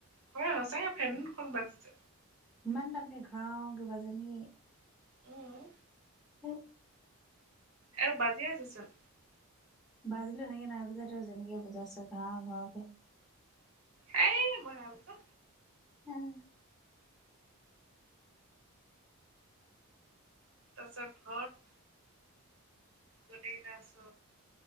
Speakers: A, on the right; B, in the centre.
A: হয় সঁচাকে ফেনখন বাজিছে।
B: ইমান টানকে ঘ্ৰাওকে বাজে নেকি?
A: উম উ
B: সেইট
A: আৰু বাজিয়ে আছে চোন
B: বাজিলো সেনেকে নাই বজা তই যেনেকে বজাইছ ঘ্ৰাও ঘ্ৰাওকে
A: সেই মই নাই বজোৱা
B: উম
A: তাৰপিছত ঘৰত গোটেই কেইটা আছ